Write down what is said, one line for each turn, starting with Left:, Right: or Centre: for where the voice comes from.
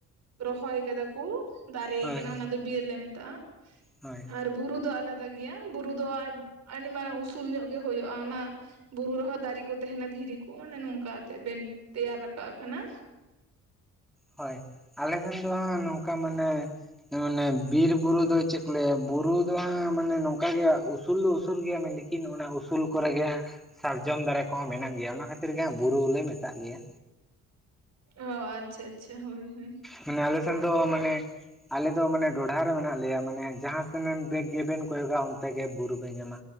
Right: ᱨᱚᱦᱚᱭ ᱠᱟᱫᱟ ᱠᱩ ᱫᱟᱨᱮ
Centre: ᱦᱳᱭ
Right: ᱠᱟᱱᱟ ᱚᱱᱟ ᱫᱚ ᱵᱤᱨ ᱞᱮ ᱢᱮᱛᱟᱜᱼᱟ᱾
Centre: ᱦᱳᱭ
Right: ᱟᱨ ᱵᱩᱨᱩ ᱫᱚ ᱟᱞᱟᱫᱟ ᱜᱮᱭᱟ ᱵᱩᱨᱩ ᱫᱚ ᱟᱹᱰᱤ ᱢᱟᱨᱟᱝ ᱩᱥᱩᱞ ᱧᱚᱜ ᱜᱮ ᱦᱳᱭᱳᱜᱼᱟ ᱚᱱᱟ ᱵᱩᱨᱩ ᱨᱮᱦᱚᱸ ᱫᱟᱨᱮ ᱠᱚ ᱛᱟᱦᱮᱸᱱᱟ ᱫᱷᱤᱨᱤ ᱠᱚ ᱚᱱᱮ ᱱᱚᱝᱠᱟᱛᱮ ᱵᱮᱱ ᱛᱮᱭᱟᱨ ᱨᱟᱠᱟᱜ ᱠᱟᱱᱟ᱾
Centre: ᱦᱳᱭ ᱟᱞᱮ ᱴᱷᱮᱱ ᱫᱚ ᱦᱟᱜ ᱱᱚᱝᱠᱟ ᱢᱟᱱᱮ ᱢᱟᱱᱮ ᱵᱤᱨ ᱵᱩᱨᱩ ᱫᱚ ᱪᱮᱫ ᱠᱚ ᱞᱟᱹᱭᱟ ᱵᱩᱨᱩ ᱫᱚ ᱦᱟᱸᱜ ᱢᱟᱱᱮ ᱱᱚᱝᱠᱟ ᱜᱮ ᱩᱥᱩᱞ ᱫᱚ ᱩᱥᱩᱞ ᱜᱮᱭᱟ ᱩᱱᱠᱤᱱ ᱚᱱᱟ ᱩᱥᱩᱞ ᱠᱚᱨᱮ ᱜᱮ ᱥᱟᱨᱡᱚᱢ ᱫᱟᱨᱮ ᱠᱚᱦᱚᱸ ᱢᱮᱱᱟᱜ ᱜᱮᱭᱟ᱾ ᱚᱱᱟ ᱠᱷᱟᱹᱛᱤᱨ ᱜᱮ ᱦᱟᱸᱜ ᱵᱩᱨᱩ ᱞᱮ ᱢᱮᱛᱟᱜ ᱜᱮᱭᱟ᱾
Right: ᱚ ᱟᱪᱪᱷᱟᱻ ᱟᱪᱪᱷᱟᱻ ᱦᱳᱭᱻ ᱦᱳᱭᱻ᱾
Centre: ᱢᱟᱱᱮ ᱟᱞᱮ ᱥᱮᱱ ᱫᱚ ᱢᱟᱱᱮ ᱟᱞᱮ ᱫᱚ ᱢᱟᱱᱮ ᱰᱚᱰᱷᱟ ᱨᱮ ᱢᱮᱱᱟᱜ ᱞᱮᱭᱟ᱾ ᱢᱟᱱᱮ ᱡᱟᱦᱟᱸ ᱥᱮᱱ ᱵᱮᱜᱽ ᱜᱮᱵᱮᱱ ᱠᱚᱭᱚᱜᱟ ᱚᱱᱛᱮ ᱜᱮ ᱵᱩᱨᱩ ᱵᱮᱱ ᱧᱟᱢᱟ᱾